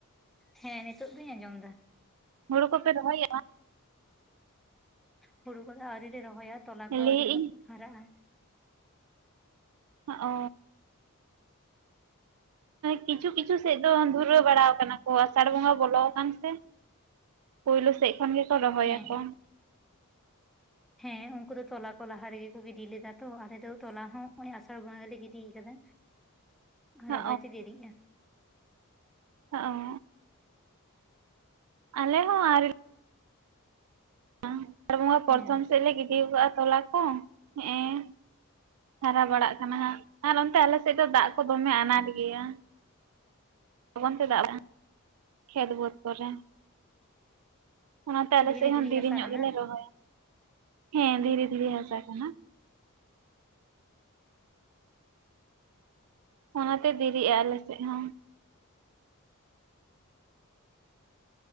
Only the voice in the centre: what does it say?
ᱦᱮᱸ ᱱᱤᱛᱚᱜ ᱫᱩᱧ ᱟᱸᱡᱚᱢ ᱫᱟ ᱾
ᱦᱩᱲᱩ ᱠᱚᱫᱚ ᱟᱣᱨᱤ ᱞᱮ ᱨᱚᱦᱚᱭᱟ, ᱛᱚᱞᱟ
ᱠᱚ
ᱟᱹᱣᱨᱤ ᱦᱟᱸᱜ
ᱦᱟᱨᱟᱜᱼᱟ ᱾
ᱦᱮᱸ
ᱦᱮᱸ ᱩᱱᱠᱩ ᱫᱚ ᱛᱚᱞᱟ ᱠᱚ ᱞᱟᱦᱟ ᱨᱮᱜᱮ ᱠᱚ ᱜᱤᱰᱤ ᱞᱮᱫᱟ ᱛᱚ, ᱟᱞᱮ ᱫᱚ ᱛᱚᱞᱟ ᱦᱚᱸ ᱚᱱᱮ ᱟᱥᱟᱲ ᱵᱚᱸᱜᱟᱞᱮ ᱜᱤᱰᱤᱭ ᱠᱟᱫᱟ, ᱨᱚᱦᱚᱭ
ᱛᱮ ᱫᱮᱨᱤᱜᱼᱟ ᱾
ᱦᱮᱸ
ᱫᱷᱤᱨᱤ
ᱫᱷᱤᱨᱤ
ᱦᱟᱥᱟ
ᱠᱟᱱᱟ